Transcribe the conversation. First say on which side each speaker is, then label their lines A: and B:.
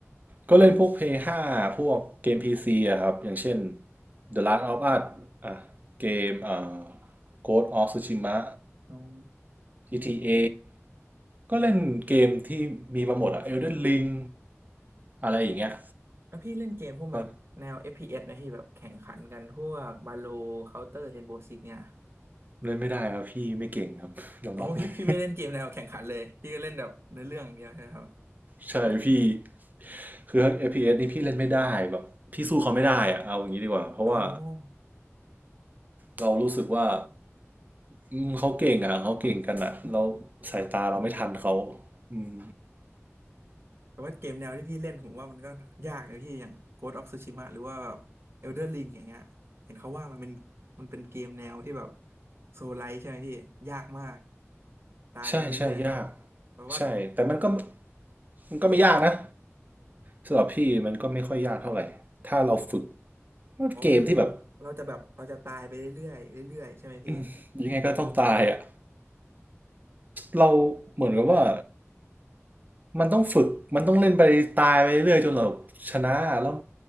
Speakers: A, on the right; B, on the right.
A: ก็เล่นพวก p l ห้5พวกเกม PC อะครับอย่างเช่น The Last of Us อ่ะเกมเอ่อ Ghost of Tsushima
B: โอ้
A: GTA ก็เล่นเกมที่มีมาหมดอะ Elden Ring อะไรอย่างเงี้ย
B: แล้วพี่เล่นเกมพวกแบบแนว
A: ก็
B: FPS นะพีเอสไหมพี่แบบแข่งขันกันพวกบาโลเคาน์เตอร์เรนโบว์ซิกเนี่ย
A: เล่นไม่ได้ครับพี่ไม่เก่งครับ <laughs> ยอมรับเลย
B: โอ้พี่พี่ไม่เล่นเกมแนวแข่งขันเลยพี่ก็เล่นแบบเนื้อเรื่องอย่างเดียวใช่ไหมครับ
A: ใช่พี่คือเ p s นี่พี่เล่นไม่ได้แบบพี่สู้เขาไม่ได้อะเอาอย่างนี้ดีกว่าเพราะว่า
B: โอ้
A: เรารู้สึกว่าอืมเขาเก่งอ่ะเขาเก่งกันอ่ะเราสายตาเราไม่ทันเขาอืม
B: แต่ว่าเกมแนวที่พี่เล่นผมว่ามันก็ยากนะพี่อย่าง Ghost of Tsushima หรือว่าแบบ Elden Ring อย่างเงี้ยเห็นเขาว่ามันเป็นมันเป็นเกมแนวที่แบบโซลไลท์ใช่ไหมพี่ยากมากตายไปเรื่อยๆแปลว่าอม
A: ใช่ใช่ยากใช่แต่มันก็มันก็ไม่ยากนะสำหรับพี่มันก็ไม่ค่อยยากเท่าไหร่ถ้าเราฝึกมันเกมที่แบบ
B: อ๋อคือเราจะแบบเราจะตายไปเรื่อยๆเรื่อยๆใช่ไหมพี่
A: อืมยังไงก็ต้องตายอ่ะเราเหมือนกับว่ามันต้องฝึกมันต้องเล่นไปตายไปเรื่อยจนเราชนะแล้ว